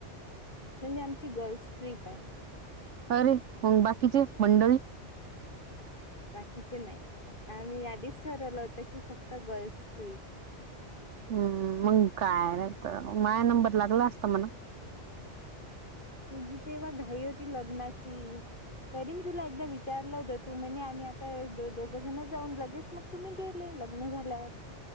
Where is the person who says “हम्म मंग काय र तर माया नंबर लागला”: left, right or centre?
Right